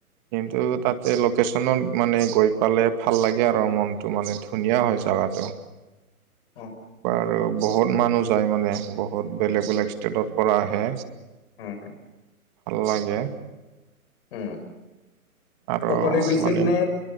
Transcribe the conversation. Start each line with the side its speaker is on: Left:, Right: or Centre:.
Right: কিন্তু তাতে লোকেশচনত মানে গৈ পালে ভাল লাগে আৰু মনতটো মানে। ধুনীয়া হয় জাগাটো।
Left: অ।
Right: বাৰু বহুত মানুহ যায় মানে বহুত বেলেগ বেলেগ ষ্টেটৰ পৰা আহে।
Left: <inaudible>
Right: ভাল লাগে।
Left: উম,
Right: আৰু
Left: অকলে গৈছিল
Right: মানে
Left: নে,